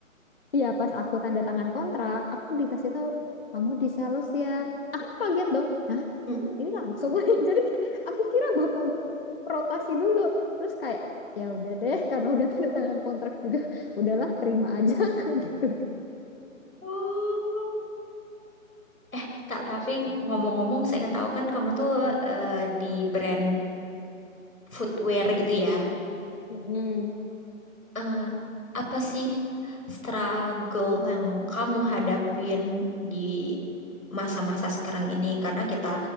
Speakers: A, on the left (about 45°); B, on the left (about 90°).
A: Iya, pas aku tanda tangan kontrak, aku dikasih tahu kamu di sales ya. Aku kaget dong. Hah?
B: Hmm?
A: Ini langsung. <laughs> Jadi kayak aku kira bakal rotasi dulu. Terus kayak ya udah deh <laughs> karena udah tanda tangan kontrak juga, udahlah terima aja <laughs> aku gitu.
B: Oh. Eh, Kak, tapi ngomong-ngomong seingat aku kan kamu tuh eh, di brand footwear gitu ya.
A: Mm-mm.
B: eh, apa sih struggle yang kamu hadapin di masa-masa sekarang ini? Karena kita